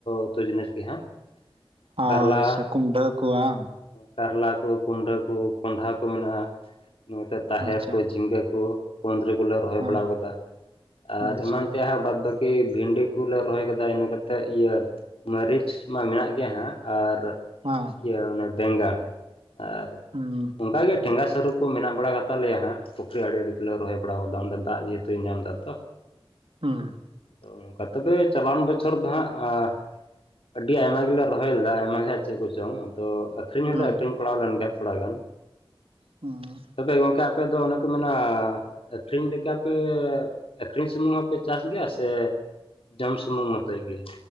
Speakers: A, on the left; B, on the right.
A: ᱩᱛᱩ ᱡᱤᱱᱤᱥ ᱜᱮ ᱦᱟᱸᱜ᱾
B: ᱟᱪᱪᱷᱟ
A: ᱠᱟᱨᱞᱟ
B: ᱠᱩᱢᱰᱷᱟᱹ ᱠᱚ ᱵᱟᱝ᱾
A: ᱠᱟᱨᱞᱟ ᱠᱚ ᱠᱩᱸᱱᱰᱷᱟᱹ ᱠᱚ ᱠᱚᱸᱰᱷᱟ ᱠᱚ ᱢᱮᱱᱟᱜᱼᱟ ᱱᱛᱮ ᱛᱟᱦᱮᱨ
B: ᱟᱪᱪᱷᱟ
A: ᱠᱚ ᱡᱷᱤᱸᱜᱟᱹ ᱠᱚ ᱠᱩᱱᱫᱨᱤ ᱠᱚᱞᱮ ᱨᱚᱦᱚᱭ
B: ᱦᱮᱸ
A: ᱵᱟᱲᱟᱣ ᱠᱟᱫᱟ᱾ ᱟᱨ
B: ᱟᱪᱪᱷᱟ
A: ᱮᱢᱟᱱ ᱛᱮᱭᱟᱜ ᱦᱚᱸ ᱵᱟᱫ ᱵᱟᱠᱤ ᱠᱤ ᱵᱷᱤᱱᱰᱤ ᱠᱚᱞᱮ ᱨᱚᱦᱚᱭ ᱟᱠᱟᱫᱟ ᱤᱱᱟᱹ ᱠᱟᱛᱮᱫ ᱤᱭᱟᱹ ᱢᱟᱹᱨᱤᱪ ᱢᱟ ᱢᱮᱱᱟᱜ ᱜᱮᱭᱟ ᱦᱟᱸᱜ, ᱟᱨ
B: ᱚᱸ
A: ᱤᱭᱟᱹ ᱚᱱᱮ ᱵᱮᱸᱜᱟᱲ ᱟᱨ
B: ᱦᱩᱸ
A: ᱚᱱᱠᱟ ᱜᱮ ᱴᱷᱮᱸᱜᱟ ᱥᱟᱹᱨᱩ᱾ ᱠᱚ ᱢᱮᱱᱟᱜ ᱵᱟᱲᱟ ᱜᱟᱛᱥ ᱞᱮᱭᱟ ᱦᱟᱸᱜ ᱯᱩᱠᱷᱨᱤ ᱟᱲᱤ ᱛᱮᱞᱮ ᱨᱚᱦᱚᱭ ᱵᱟᱲᱟᱣ ᱟᱠᱟᱫᱟ᱾ ᱚᱸᱰᱮ ᱫᱟᱜ ᱡᱮᱦᱮᱛᱩᱭ ᱧᱟᱢ ᱫᱟ ᱛᱚ᱾
B: ᱦᱩᱸ᱾
A: ᱛᱚ ᱱᱚᱝᱠᱟ ᱛᱚᱵᱮ ᱪᱟᱞᱟᱣᱟᱱ ᱵᱚᱪᱷᱚᱨ ᱫᱚ ᱦᱟᱸᱜ ᱟ ᱟᱹᱰᱤ ᱟᱭᱢᱟ ᱜᱮᱞᱮ ᱨᱚᱦᱚᱭ ᱞᱮᱫᱟ ᱟᱭᱢᱟ ᱜᱮ ᱦᱟᱸᱜ ᱪᱮᱫ ᱠᱚᱪᱚᱝ ᱟᱫᱚ ᱟᱠᱷᱨᱤᱧ ᱦᱚᱸᱞᱮ
B: ᱦᱩᱸ
A: ᱟᱠᱷᱨᱤᱧ ᱯᱟᱲᱟᱣ ᱞᱮᱱ ᱜᱮᱟᱱ ᱛᱷᱚᱲᱟ ᱜᱟᱱ᱾
B: ᱦᱩᱸ᱾
A: ᱛᱚᱵᱮ ᱜᱚᱝᱠᱮ ᱟᱯᱮ ᱫᱚ ᱚᱱᱮ ᱠᱚ ᱢᱮᱱᱟ ᱟᱹᱠᱷᱨᱤᱧ ᱞᱮᱠᱟ ᱯᱮ ᱟᱹᱠᱷᱨᱤᱧ ᱥᱩᱢᱩᱝ ᱦᱚᱸᱯᱮ ᱪᱟᱥ ᱜᱮᱭᱟ ᱥᱮ ᱡᱚᱢ ᱥᱩᱢᱩᱝ ᱢᱚᱛᱚᱭ ᱜᱮ?